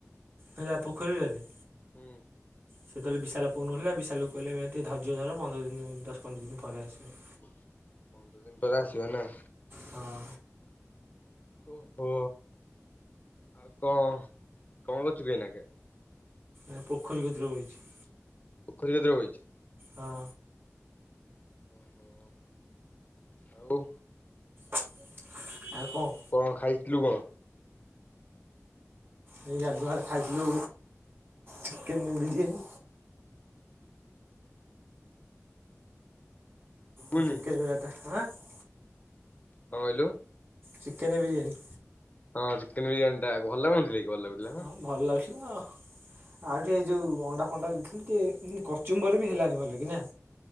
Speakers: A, on the right (about 45°); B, on the left (about 30°).
A: ହେଲା ପୋଖରୀବାରି।
B: ହୁଁ।
A: ସେତେବେଳେ ବିଶାଲ ଫୋନ୍ କରିଥିଲା ବିଶାଲକୁ କହିଲେ ଟିକେ ଧର୍ଯ୍ୟ ଧର ପନ୍ଦର ଦିନ, ଦଶ, ପନ୍ଦର ଦିନ ପରେ ଆସିବ।
B: ପନ୍ଦର ଦିନ ପରେ ଆସିବ ନା
A: ହଁ।
B: ଓହୋ ଆଉ କଣ କଣ କରଛୁ କି ଏଇନାକେ।
A: ଏ ପୋଖରୀ କତିରେ ଓହଳେଇଛି।
B: ପୋଖରୀରେ କତିରେ ବଇଛୁ।
A: ହଁ।
B: ହଁ। ଆଉ।
A: ଆଉ କହ।
B: ଆଉ କଣ ଖାଇଛୁ କଣ?
A: ଏଇ ଗାଧୁଆ ବେଳେ ଖାଇଥିଲୁ ଚିକେନ ବିରିୟାନୀ।
B: ଶୁଭୁନି
A: ଆ ଚିକେନ୍ ବିରାଟା ଆନାଁ <unintelligible>
B: କଣ କହିଲୁ?
A: ଚିକେନ୍ ବିରିୟାନୀ।
B: ହଁ, ଚିକେନ୍ ବିରିୟାନୀ ଟା ଭଲ ଲାଗୁନଥିଲା କି ଭଲ ଲାଗୁଥିଲା ବା।
A: ହଁ ଭଲ ଲାଗୁଥିଲା। ଆଉ ଟିକେ ଯୋଉ ଅଣ୍ଡା ଫଣ୍ଡା ଦେଇଥିଲେ ଟିକେ କଚୁମ୍ବର ବି ହେଲାନି ଭଲ କି ନା।